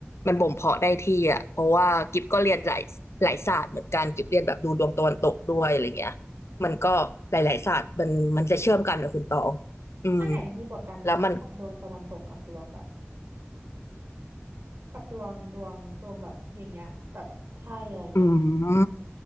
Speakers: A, on the left (about 80°); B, on the right (about 55°).
A: มันบ่มเพาะได้ที่อ่ะเพราะว่ากิฟก็เรียนหลายหลายศาสตร์เหมือนกันกิฟเรียนแบบดูดวงตะวันตกด้วยอะไรเงี้ยมันก็หลายๆศาสตร์มันมันจะเชื่อมกันนะคุณตองอืม
B: ถ้าไหนดีกว่ากันคะระหว่างดวงตะวันตกกับดวงแบบ
A: แล้วมัน
B: กับดวงดวงดวงแบบอย่างเงี้ยแบบไพ่อะไรเงี้ยค่ะ
A: อืม